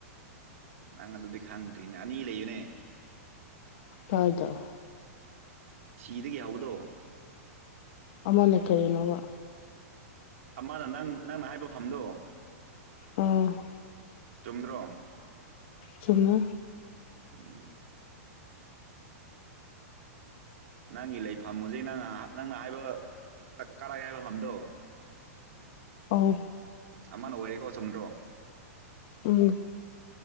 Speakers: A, on the right; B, on the left.
A: ꯅꯪ ꯑꯗꯨꯗꯤ ꯈꯪꯗ꯭ꯔꯤꯅ ꯑꯅꯤ ꯂꯩꯌꯦꯅꯦ
B: <unintelligible>
A: ꯁꯤꯗꯒꯤ ꯍꯧꯕꯗꯣ
B: ꯑꯃꯅ ꯀꯩꯅꯣꯕ
A: ꯑꯃꯅ ꯅꯪ ꯅꯪꯅ ꯍꯥꯏꯕ ꯐꯝꯗꯣ
B: ꯑꯝ
A: ꯆꯨꯝꯗ꯭ꯔꯣ
B: ꯆꯨꯝꯃꯦ
A: ꯎꯝ ꯅꯪꯒꯤ ꯂꯩꯐꯝ ꯍꯧꯖꯤꯛ ꯅꯪ <unintelligible> ꯅꯪꯅ ꯍꯥꯏꯕ <unintelligible> ꯀꯔꯛꯑꯦ ꯍꯥꯏꯕꯐꯝꯗꯣ
B: ꯑꯎ
A: ꯑꯃꯅ ꯑꯣꯏꯔꯤꯀꯣ ꯆꯨꯝꯗ꯭ꯔꯣ
B: ꯎꯝ